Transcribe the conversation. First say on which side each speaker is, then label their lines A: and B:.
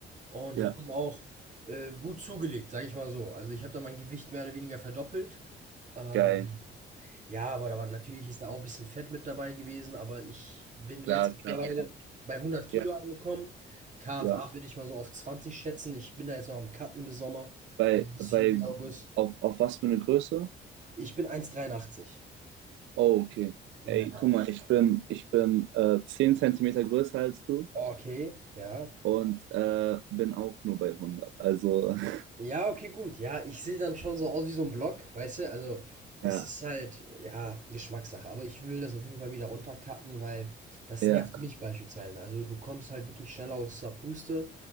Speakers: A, on the right (about 40°); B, on the right (about 75°).
A: und
B: ja,
A: habe dann auch, äh, gut zugelegt, sage ich mal so. Also, ich habe dann mein Gewicht mehr oder weniger verdoppelt. Ähm,
B: geil,
A: ja, aber da war natürlich ist da auch ein bisschen Fett mit dabei gewesen, aber ich bin
B: klar,
A: jetzt mittlerweile
B: klar. aber
A: bei 100 Kilo
B: Ja,
A: angekommen. KFA
B: ja.
A: würde ich mal so auf 20 schätzen. Ich bin da jetzt noch am cutten bis Sommer,
B: Bei,
A: also bis
B: bei,
A: Juli, August.
B: auf, auf was für eine Größe?
A: Ich bin 1,83.
B: Oh, okay.
A: Ja,
B: Ey,
A: ja.
B: guck mal, ich bin, ich bin äh, 10 Zentimeter größer als du
A: Okay, ja.
B: und äh, bin auch nur bei hundert. Also, <laughs>
A: Ja, okay, gut. Ja, ich sehe dann schon so aus wie so ein Block, weißt du? Also, es
B: ja,
A: ist halt, ja, Geschmackssache, aber ich will das auf jeden Fall wieder runtercutten, weil das
B: ja,
A: nervt mich beispielsweise. Also, du kommst halt wirklich schneller aus der Puste,